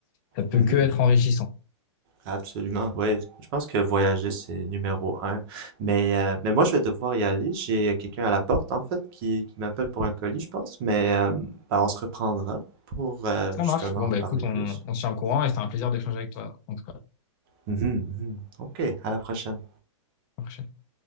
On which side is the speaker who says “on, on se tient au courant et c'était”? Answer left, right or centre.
Left